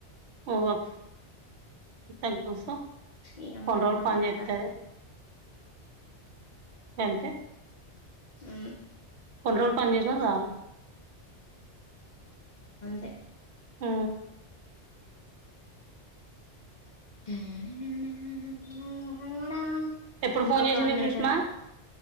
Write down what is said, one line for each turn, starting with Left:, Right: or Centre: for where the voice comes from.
Right: ఓవఫ్ తగ్గుసో
Left: ఈ అమ్మాయి
Right: కొన్ని రోజులు
Left: కా
Right: పని జేత్తది
Left: కట్
Right: గంతే
Left: ఊ
Right: కొన్రోజుల్ పని జేసిన జాలు
Left: తే
Right: ఉ
Left: <inaudible>
Right: ఎప్పుడు
Left: ఇంకొక
Right: ఫోన్ చేసింది
Left: వన్ మినిట్
Right: సుష్మా
Left: ఉంది